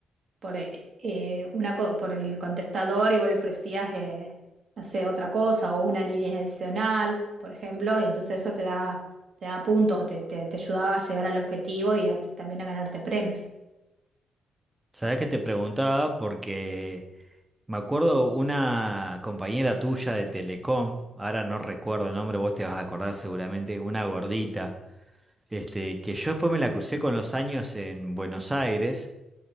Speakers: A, on the right; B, on the right.
A: por, eh, eh, una, co- por el contestador y vos le ofrecías, eh, no sé, otra cosa o una línea adicional, por ejemplo, y entonces eso te daba, te daba puntos, te, te, te ayudaba a llegar al objetivo y a- también a ganarte premios.
B: Sabés que te preguntaba porque me acuerdo una compañera tuya de Telecom, ahora no recuerdo el nombre, vos te vas a acordar seguramente, una gordita, este, que yo después me la crucé con los años en Buenos Aires